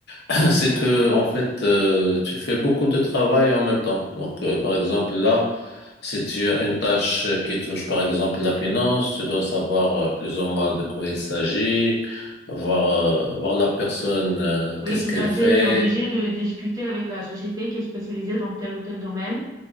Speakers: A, on the left; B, on the right.
A: <clears throat> C'est que, en fait, euh, tu fais beaucoup de travail en même temps. Donc, euh, par exemple, là, si tu as une tâche qui touche, par exemple, la finance, tu dois savoir euh, plus ou moins de quoi il s'agit, voir,
B: Mhm.
A: euh, voir la personne, euh,
B: Oui,
A: qu'est-ce
B: tout
A: qu'elle
B: à fait.
A: fait.
B: Tu es obligé de discuter avec la société qui est spécialisée dans tel ou tel domaine